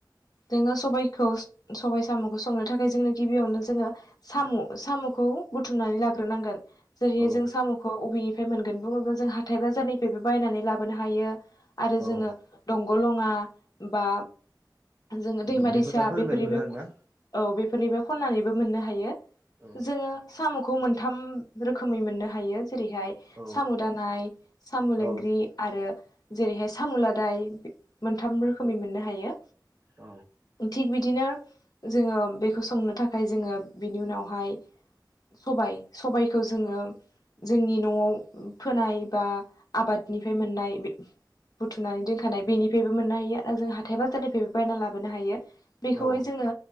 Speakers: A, on the left (about 55°); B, on the right (about 25°).
A: जोङो सबखौ सबाय साम'खौ संनो थाखाय जोङो गिबियावनो जोङो साम' साम'खौ। उम बुथुमनानै लाग्रोनांगोन जेरै
B: औ
A: जों साम'खौ अबे नि। मोनगोन बुङोल्बा हाथाय बाजारनिफ्रायबो बायना लाबोनो हायो आरो
B: औ
A: जोङो दं। गलङा बा जङो दैमा
B: दुब्लि
A: दैसा
B: फोथारफोरनिफ्राय
A: बेफोरनि
B: मोनो
A: बे
B: आरोना
A: औ। बेफोरनिफ्राय खननानैबो मोननो हायो
B: औ
A: जोङो साम'खौ मोनथाम। रोखोमै मोननो हायो जेरैहाय
B: औ
A: साम' दानाय साम'
B: औ
A: लोंग्रि आरो। जेरैहाय सामुलादाय मोनथाम रोखोमै मोननो हायो।
B: औ
A: थिग बिदिनो। जोङो बेखौ संनो थाखाय जोङो बिनि उनावहाय सबाय सबाय। खौ जोङो। जोंनि न'आव फोनाय बा आबादनिफ्राय मोननाय बे। बुथुमनानै दोनखानाय बेनिफ्रायबो मोननो हायो आरो जों हाथाय बाजारनिफ्रायबो बायना लाबोनो हायो। बेखौहाय
B: औ
A: जोङो